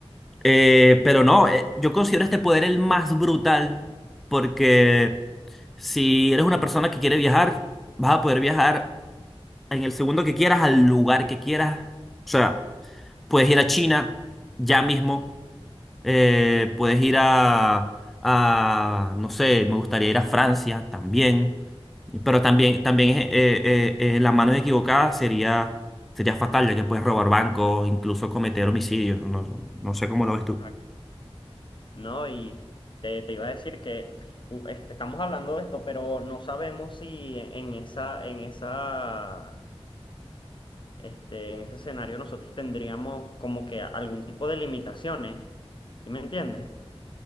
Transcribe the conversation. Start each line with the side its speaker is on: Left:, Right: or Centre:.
Centre: Eh, pero no, eh, yo considero este poder el más brutal porque si eres una persona que quiere viajar, vas a poder viajar en el segundo que quieras, al lugar que quieras. O sea, puedes ir a China ya mismo, eh, puedes ir a, a, no sé, me gustaría ir a Francia también. Pero también, también eh, eh, eh, las manos equivocadas sería, sería fatal, ya que puedes robar bancos, incluso cometer homicidios. No, no sé cómo lo ves tú.
Left: Exacto. ¿no? Y te, te iba a decir que u- este, estamos hablando de esto, pero no sabemos si en en esa, en esa Este, en ese escenario nosotros tendríamos como que algún tipo de limitaciones, ¿sí me entiendes?